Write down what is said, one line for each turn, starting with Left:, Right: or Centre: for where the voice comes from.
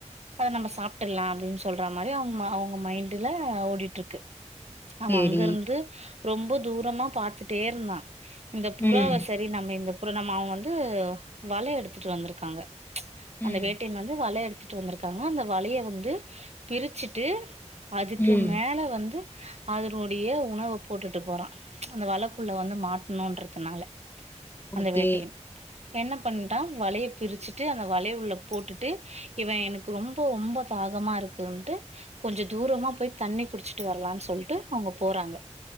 Right: அத நம்ம சாப்பிட்றலா அப்டினு சொல்ற மாரி அவுங்க அவுங்க மைண்டுல ஓடிட்டு இருக்கு அவ
Left: சரி.
Right: அங்க இருந்து ரொம்ப தூரமா பாத்துட்டே இருந்தா இந்த புறாவ
Left: ம்,
Right: சரி நம்ம இந்த புற நம்ம அவ வந்து வல எடுத்துட்டு வந்துருக்காங்க
Left: ம்,
Right: அந்த வேட்டையன் வந்து வலைய எடுத்துட்டு வந்திருக்காங்க அந்த வலைய வந்து பிரிச்சுட்டு அதுக்கு
Left: ம்.
Right: மேல வந்து அதனுடைய உணவ போட்டுட்டு போறா அந்த வலக்குள்ள வந்து மாட்ணுன்றுக்கனால அந்த
Left: ஓகே.
Right: வேட்டையின் என்ன பண்ணிட்டா வலைய பிரிச்சுட்டு ட்டு அந்த வலே உள்ள போட்டுட்டு இவ எனக்கு ரொம்போ ரொம்போ தாகமா இருக்குன்ட்டு கொஞ்ச தூரமா போய் தண்ணி குடிச்சிட்டு வர்லான் சொல்ட்டு அவுங்க போறாங்க